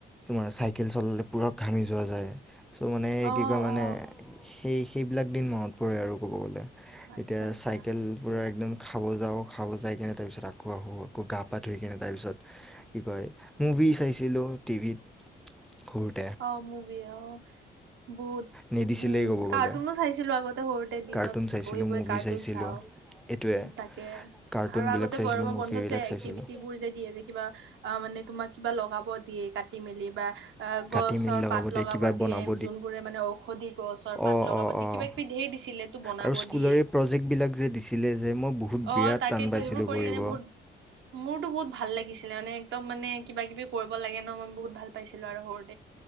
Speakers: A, in the centre; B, on the right.
A: তোমাৰ চাইকেল চলালে পূৰা ঘামি যোৱা যায়। চ' মানে
B: অ
A: কি কয় মানে
B: অ
A: সেই সেইবিলাক দিন মাহত পৰে আৰু ক'ব গ'লে।
B: আচ্ছা
A: এতিয়া
B: আচ্ছা
A: চাইকেল পুৰা একদম খাব যাওঁ খাব যাই কেনে তাৰপিছত আকৌ আহো আকৌ গা-পা ধুই কিনে তাৰপিছত কি কয় মুভি
B: উম,
A: চাইছিলো টিভিত ঘৰত।
B: অ মুভি অ বহুত
A: নিদিছিলেই
B: উম
A: ক'ব
B: কাৰ্টুনো
A: গ'লে
B: চাইছিলো আগতে সৰুতে দিনত
A: কাৰ্টুন চাইছিলোঁ
B: বঢ়ি বঢ়ি
A: মুভি
B: কাৰ্টুন
A: চাইছিলোঁ
B: চাওঁ।
A: এইটোৱে
B: উম তাকে।
A: কাৰ্টুনবিলাক
B: আৰু আগতে
A: চাইছিলোঁ
B: গৰমৰ
A: মুভিবিলাক
B: বন্ধত যে
A: চাইছিলোঁ
B: এক্টিভিটিবোৰ বোৰ যে দিয়ে যে কিবা আ মানে তোমাক কিবা লগাব দিয়ে কাটি মেলি বা আ গছৰ
A: কাটি মিল
B: পাত লগাব
A: কিবা
B: দিয়ে
A: বনাব
B: যোনবোৰে মানে ঔষধি গছৰ পাত
A: অঁ
B: লগাব
A: অঁ
B: দিয়ে
A: অঁ
B: কিবাকি কিবি ধেৰ দিছিলে তো বনাব
A: আৰু স্কুলৰ
B: দিয়ে।
A: এই প্ৰজেক্টবিলাক যে দিছিলে যে মই বহুত বিৰাট
B: অ তাকেতো
A: টান পাইছিলোঁ
B: সেইবোৰ কৰি
A: কৰিব
B: কেনে বহুত <inaudible> মোৰটো বহুত ভাল লাগিছিলে মানে একদম মানে কিবা কিবি কৰিব লাগে ন মই বহুত ভাল পাইছিলো আৰু সৰু